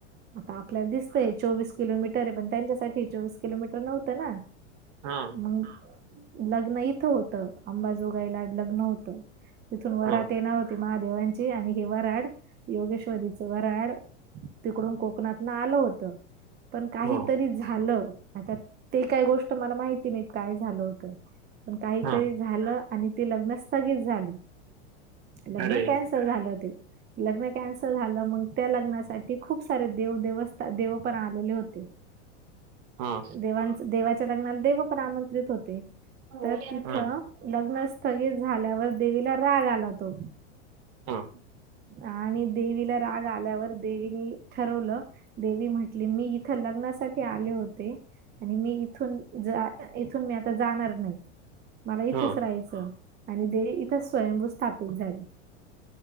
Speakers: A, on the right; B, on the right.
A: आता आपल्याला दिसतय हे चोवीस किलोमीटर ये पण त्यांच्यासाठी चोवीस किलोमीटर नव्हतं ना.
B: हां.
A: मंग, लग्न इथं होत, आंबाजोगाईला लग्न हो त, तिथून वरात
B: हा हा
A: येणार ती महादेवांची आणि हे वराड, योगेश्वरीच वराड तिकडून कोकणातन आलं होत. पण काहीतरी
B: हा
A: झालं, आता ते काय गोष्ट मला माहिती नाहीत काय झालं होतं. पण काहीतरी
B: हा
A: झालं आणि ते लग्न स्थगित झाली, लग्न
B: अरे
A: कॅन्स ल् झालं ते, लग्न कॅन्सल झालं मग त्या लग्नासाठी खूप सारे देव-देवस्थ-देव पण आलेले होते.
B: हा
A: देवांचं देवाच्या लग्नाला देव पण आमंत्रित होते.
B: हा
A: तर तिथं लग्न स्थगित झाल्यावर देवीला राग आला तो.
B: हा
A: आणि देवीला राग आल्यावर, देवीनी ठरवलं देवी म्हटली मी इथं लग्नासाठी आले होते. आणि मी इथून ज इथून मी आता जाणार नाही. मला इथंच
B: हा
A: राहायचं आणि देवी इथंच स्वयंभू स्थापित झाली.